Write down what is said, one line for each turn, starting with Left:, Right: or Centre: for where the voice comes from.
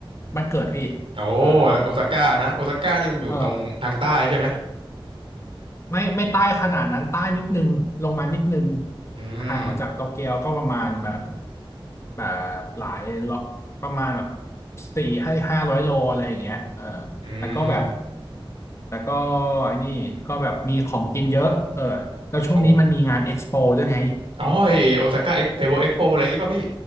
Left: บ้านเกิดพี่
Right: โอ้
Left: เออ
Right: โอซาก้านะโอซาก้านี่มันอยู่ตรงทางใต้ใช่ไหม
Left: เออ ไม่ไม่ใต้ขนาดนั้นใต้นิดนึงลงมานิดนึง
Right: อืม
Left: ห่างออกจากโตเกียวก็ประมาณแบบแบบหลายโลประมาณแบบสี่ให้ห้าร้อยโลอะไรอย่างเงี้ยเออ
Right: อื
Left: แต่ก็แบบ
Right: ม
Left: แต่ก็ไอ้นี่ก็แบบมีของกินเยอะเออแล้วช่วงนี้มันมีงานเอ็กซ์โปด้วยไง
Right: โอ้ อ๋อไอโอซาก้าเอ็กไอเวิลด์เอ็กโปอะไรอย่างงี้ป่ะพี่